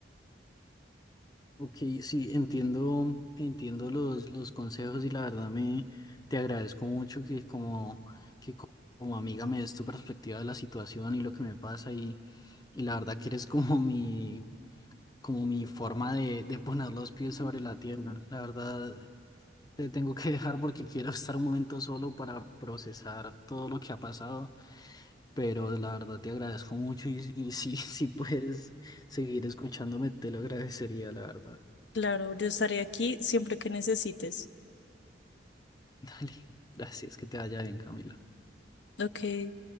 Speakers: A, on the left (about 20°); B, on the left (about 75°).
A: Ok, sí, entiendo, entiendo los, los consejos y la verdad me te agradezco mucho que como, que co- como amiga me des tu perspectiva de la situación y lo que me pasa y, y la verdad que eres como mi, como mi forma de, de poner los pies sobre la tierra. La verdad te tengo que dejar porque quiero estar un momento solo para procesar todo lo que ha pasado, pero la verdad te agradezco mucho y, y si, <laughs> si puedes seguir escuchándome te lo agradecería, la verdad.
B: Claro, yo estaré aquí siempre que necesites.
A: Dale, <laughs> gracias, que te vaya bien, Camila.
B: Ok,